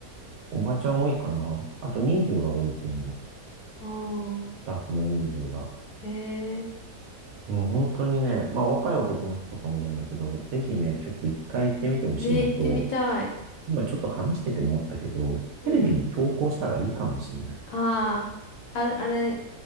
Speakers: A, on the right (about 70°); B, on the left (about 70°).
A: おばちゃん多いかな。あと人数が多いと思う。ス
B: ああー、
A: タッフの人数が。
B: えー、
A: うん、本当にね、まあ若い男の人とかもいるんだけど、ぜひね、ちょっと一回行ってみてほしいのと、
B: ねえ、行ってみたい。
A: 今ちょっと話してて思ったけど、
B: うん。
A: テレビに投稿したらいいかもしれない。
B: ああ、あれ、あれ、